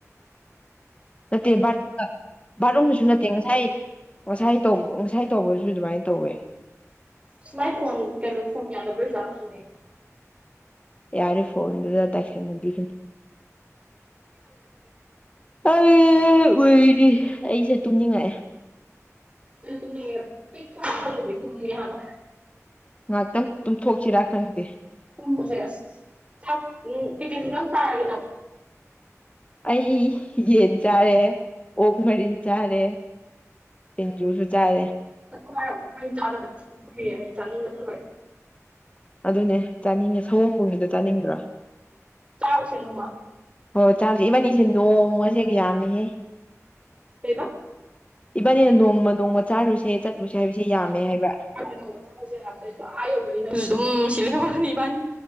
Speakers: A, on the left; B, on the right.
A: ꯅꯠꯇꯦ ꯕꯥ ꯕꯥꯠꯔꯨꯝꯗꯨꯁꯨ ꯅꯠꯇꯦ ꯉꯁꯥꯏ ꯉꯁꯥꯏ ꯇꯧꯕ ꯉꯁꯥꯏ ꯇꯧꯕꯗꯨꯁꯨ ꯑꯗꯨꯃꯥꯏꯅ ꯇꯧꯋꯦ
B: ꯁꯨꯃꯥꯏ ꯐꯣꯟ ꯀꯩꯅꯣ ꯐꯣꯟ ꯌꯥꯗꯩ ꯑꯣꯏꯖꯥꯠꯂꯣ ꯑꯗꯨꯗꯤ
A: ꯌꯥꯔꯦ ꯐꯣꯟꯗꯨꯗ ꯇꯥꯏꯁꯟꯅꯕꯤꯒꯅꯨ ꯑꯩ ꯎꯏꯔꯤ ꯑꯩꯁꯦ ꯇꯨꯝꯅꯤꯡꯉꯛꯑꯦ
B: ꯇꯨꯝꯅꯤꯡꯉꯛꯑꯦꯕ ꯄꯤꯛ ꯊꯟ ꯆꯥꯁꯤꯟꯂꯨꯕꯅꯦ ꯇꯨꯝꯅꯤꯡꯉꯛꯑꯦꯕ
A: ꯉꯥꯛꯇꯪ ꯇꯨꯝꯊꯣꯛꯁꯤꯔꯥ ꯈꯪꯗꯦ
B: <unintelligible>
A: ꯑꯩ ꯌꯦꯟ ꯆꯥꯔꯦ ꯑꯣꯛ ꯃꯔꯤꯟ ꯆꯥꯔꯦ ꯁꯤꯡꯖꯨꯁꯨ ꯆꯥꯔꯦ
B: <unintelligible> ꯆꯥꯅꯤꯡꯕꯅꯥ ꯂꯣꯏꯔꯦ
A: ꯑꯗꯨꯅꯦ ꯆꯥꯅꯤꯡꯉꯦ ꯁꯒꯣꯝꯕꯨꯡꯒꯤꯗꯣ ꯆꯥꯅꯤꯡꯗ꯭ꯔꯣ
B: ꯆꯥꯔꯨꯁꯦ ꯅꯣꯡꯃ
A: ꯑꯣ ꯆꯥꯔꯨꯁꯦ ꯏꯕꯥꯟꯅꯤꯁꯦ ꯅꯣꯡꯃꯁꯦ ꯌꯥꯝꯃꯤꯍꯦ
B: ꯀꯩꯕ
A: ꯏꯕꯥꯅꯤꯅ ꯅꯣꯡꯃ ꯅꯣꯡꯃ ꯆꯥꯔꯨꯁꯦ ꯆꯠꯂꯨꯁꯦ ꯍꯥꯏꯕꯁꯦ ꯌꯥꯝꯃꯦ ꯍꯥꯏꯕ
B: ꯑꯗꯨꯅꯦ ꯉꯣꯡꯃ ꯆꯥꯔꯨꯁꯦ ꯍꯥꯏꯕꯁꯦ ꯑꯥ ꯌꯧꯈꯔꯦ ꯑꯗꯨꯝ ꯁꯨꯝ ꯁꯤꯜ ꯂꯩꯍꯧꯔꯒꯅꯦ ꯏꯕꯥꯅꯤ